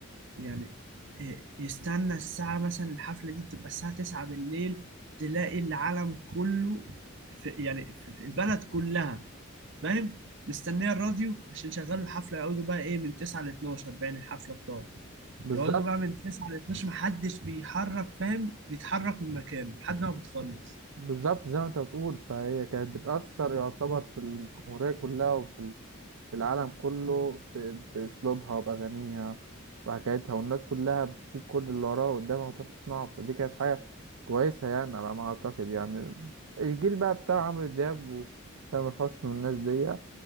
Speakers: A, on the right (about 60°); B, on the right (about 85°).
A: يعني إيه، يستنى الساعة مثلا الحفلة دي بتبقى الساعة 9 بالليل تلاقي العالم كله في يعني في في البلد كلها فاهم مستنية الراديو عشان يشغلوا الحفلة يقعدوا بقى ايه من 9 ل 12 باين الحفلة بتاعته
B: بالظبط
A: يقعدوا بقى من 9 ل 12 محدش بيحرك فاهم بيتحرك من مكانه لحد ما بتخلص
B: بالظبط زي ما انت بتقول فهي كانت بتأثر يعتبر في الجمهوريه كلها وفي في العالم كله ب- بأسلوبها وبأغانيها وحكايتها والناس كلها بتسيب كل اللي وراها قدامها وتروح تسمعه فدي كانت حاجة كويسة يعني على ما أعتقد يعني الجيل بقى بتاع عمرو دياب وتامر حسني والناس دي